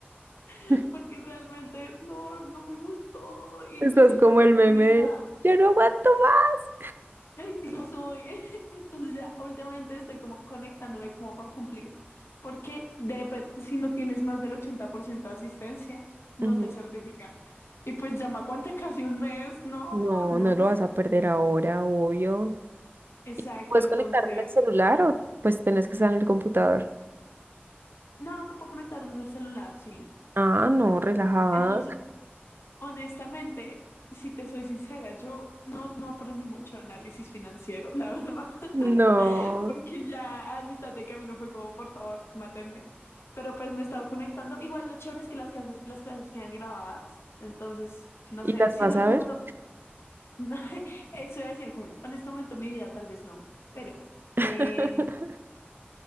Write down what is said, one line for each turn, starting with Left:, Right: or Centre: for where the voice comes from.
Left: <laughs>
Right: <laughs>
Left: porque realmente no, no me gustó y
Right: Estás
Left: me siento
Right: como
Left: perdida.
Right: el meme de, ya no aguanto más.
Left: Ay, sí, no soy. <laughs> Entonces ya últimamente estoy como conectándome como por cumplir, porque de, pues, si no tienes más del 80% de asistencia, no
Right: Ujú.
Left: te certifican. Y pues ya me aguanté casi un mes. No,
Right: No,
Left: no.
Right: no lo
Left: <laughs>
Right: vas a perder ahora, obvio.
Left: Exacto,
Right: ¿Puedes
Left: entonces
Right: conectar del celular o pues tenés que estar en el computador?
Left: No, me puedo conectar desde el celular, sí.
Right: Ah, no, relajada.
Left: Entonces, honestamente, si te soy sincera, yo no, no aprendí mucho de análisis financiero, la verdad, <laughs>
Right: No.
Left: porque ya a mitad de camino fue como, por favor, mátenme. Pero pues me he estado conectando. Igual lo chévere es que las clases, las clases quedan grabadas, entonces, no
Right: ¿Y
Left: sé,
Right: las
Left: si
Right: vas
Left: en algún
Right: a ver?
Left: momento, <laughs> eso iba a decir, como, en este momento de mi vida tal vez no, pero... em,
Right: <laughs>